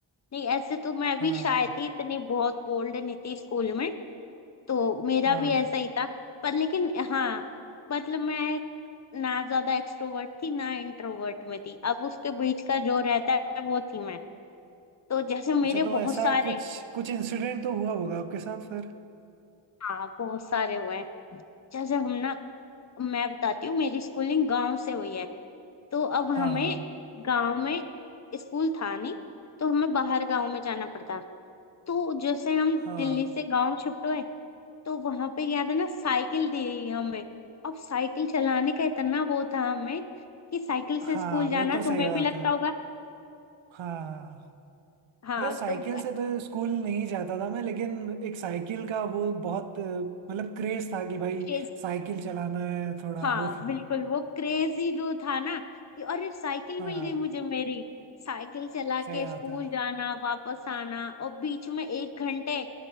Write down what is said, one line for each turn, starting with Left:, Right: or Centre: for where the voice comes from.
Left: नहीं ऐसे तो मैं भी
Right: हाँ
Left: शाय थी इतनी बहुत बोल्ड नहीं थी स्कूल में तो मेरा
Right: हाँ
Left: भी ऐसा ही था पर लेकिन हाँ मतलब मैं ना ज्यादा एक्सट्रोवर्ट थी ना इंट्रोवर्ट में थी अब उसके बीच का जो रहता है वो थी मैं तो जैसे
Right: अच्छा
Left: मेरे
Right: तो
Left: बहुत
Right: ऐसा
Left: सारे
Right: कुछ कुछ इंसिडेंट तो हुआ होगा आपके साथ फिर
Left: हाँ बहुत सारे हुए हैं जैसे हम ना मैं बताती हूँ मेरी स्कूलिंग गांव से हुई है तो अब
Right: हाँ
Left: हमें गांव में स्कूल था नहीं तो हमें बाहर गांव में जाना पड़ता तो जैसे हम
Right: हाँ
Left: दिल्ली से गांव शिफ्ट हुए तो वहां पे याद है ना साइकिल दी गई हमें अब साइकिल चलाने का इतना वो था हमें कि साइकिल से
Right: हाँ
Left: स्कूल
Right: वो
Left: जाना
Right: तो
Left: तुम्हें
Right: सही बात
Left: भी लगता
Right: है
Left: होगा
Right: हाँ
Left: हाँ
Right: मतलब साइकिल
Left: तो
Right: से तो स्कूल नहीं जाता था मैं लेकिन एक साइकिल का वो बहुत अ, मतलब क्रेज था कि भाई
Left: ऐसे
Right: साइकिल चलाना है थोड़ा
Left: हाँ
Right: वो था
Left: बिल्कुल वो क्रेजी जो था ना कि अरे साइकिल
Right: हाँ
Left: मिल गई मुझे मेरी साइकिल चला के
Right: सही बात
Left: स्कूल
Right: है
Left: जाना वापस आना और बीच में एक घंटे